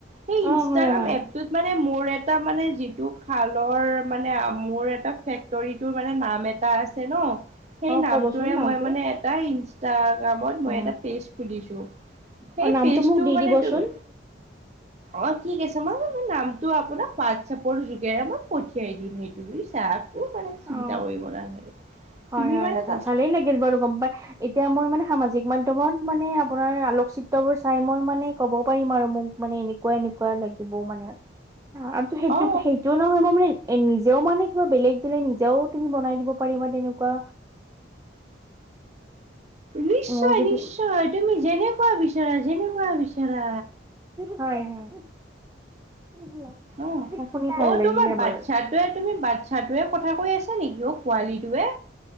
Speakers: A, on the right; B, on the right.
A: সেই
B: অ',
A: ইনষ্টাগ্ৰাম
B: হয় হয়
A: এপটোত মানে মোৰ এ টা মানে যিটো খালৰ মানে মোৰ এটা ফেক্টৰীটোৰ মানে নাম এটা এটা আছে ন সেই
B: অ
A: নামটোৰে
B: ক'বচোন নামটো
A: মই মানে এটা ইনষ্টাক ত মই
B: অ
A: এটা পেজ খুলিছো, সেই
B: অ নামটো
A: পেজটো
B: মোক দি
A: মানে
B: দিবচোন
A: তুমি
B: <inaudible>
A: অ ঠিক আছে মই জান নামটো আপোনাক হোৱাটছএপৰ যোগেৰে মই পঠিয়াই দিম সেইটো বুজিছা। মানে চিন্তা
B: অ
A: কৰিব নালাগে
B: হয়
A: তুমি
B: হয়
A: মানে
B: হয়
A: যাচ
B: ভালেই বাৰু গম পাই, এতিয়া মই মানে সামাজিক মাধ্যমত মানে আপোনাৰ আলোকচিত্ৰ বোৰ চাই মই মানে ক'ব পাৰিম আৰু মোক মানে এনেকুৱা এনেকুৱা লাগিব মানে। আৰু সেইটো
A: অ
B: সেইটোও নহয় মই মানে এ নিজেও মানে কিবা বেলেগ দিলে নিজেও তুমি বনাই দিব পাৰিবা তেনেকুৱা
A: নিশ্চয়
B: মোৰ যদি
A: নিশ্চয় তুমি যেনেকুৱা বিচাৰা যেনেকুৱা বিচাৰা।
B: হয় হয় <unintelligible>
A: অ অ
B: শুনি ভাল লাগিলে
A: তোমাৰ বাচ্ছাটোৱে
B: বাৰু
A: তুমি বাচ্ছ য়ে কথা কৈ আছা নেকি অ পোৱালিটোৱে।